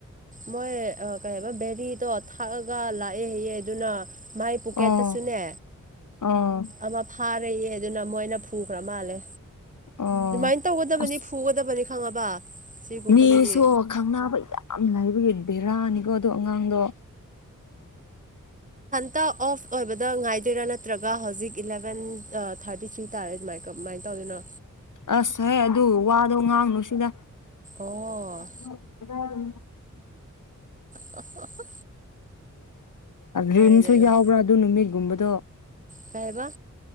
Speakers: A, on the right; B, on the left.
A: ꯃꯣꯏ ꯀꯩ ꯍꯥꯏꯕ ꯕꯦꯔꯤꯗꯣ ꯊꯥꯛꯑꯒ ꯂꯥꯛꯑꯦ ꯍꯥꯏꯌꯦ ꯑꯗꯨꯅ ꯃꯥꯏ ꯄꯣꯀꯦꯠꯇꯁꯨꯅꯦ
B: ꯑꯣ ꯑꯣ
A: ꯑꯃ ꯐꯥꯔꯦꯌꯦ ꯑꯗꯨꯅ ꯃꯣꯏꯅ ꯐꯨꯈ꯭ꯔ ꯃꯥꯜꯂꯦ
B: ꯑꯣ
A: ꯑꯗꯨꯃꯥꯏꯅ ꯇꯧꯒꯗꯕꯅꯤ
B: ꯑꯁ
A: ꯐꯨꯒꯗꯕꯅꯤ ꯈꯪꯉꯕ ꯁꯤꯒꯨꯝꯕꯗꯗꯤ
B: ꯃꯤꯁꯨ ꯈꯪꯅꯕ ꯌꯥꯝ ꯂꯥꯏꯕꯒꯤ ꯕꯦꯔꯥꯅꯤꯀꯣ ꯑꯗꯣ ꯑꯉꯥꯡꯗꯣ
A: ꯇ ꯑꯣꯐ ꯑꯣꯏꯕꯗ ꯉꯥꯏꯗꯣꯏꯔꯥ ꯅꯠꯇ꯭ꯔꯒ ꯍꯧꯖꯤꯛ ꯏꯂꯕꯦꯟ ꯊꯥꯔꯇꯤ ꯊ꯭ꯔꯤ ꯍꯥꯏꯇꯥꯥꯔꯦ ꯑꯗꯏꯃꯥꯏꯅ ꯇꯧꯗꯅ
B: ꯑꯁ ꯍꯣꯏ ꯑꯗꯨ ꯋꯥꯗꯣ ꯉꯥꯡꯅꯨ ꯁꯤꯗ
A: ꯑꯣ
B: ꯑꯗꯨ ꯑꯗꯨ
A: ꯍꯍꯍ
B: ꯔꯤꯝꯁꯨ
A: ꯑꯗꯨꯒ
B: ꯌꯥꯎꯕ꯭ꯔꯥ ꯑꯗꯨ ꯅꯨꯃꯤꯠꯒꯨꯝꯕꯗꯣ
A: ꯀꯩꯕ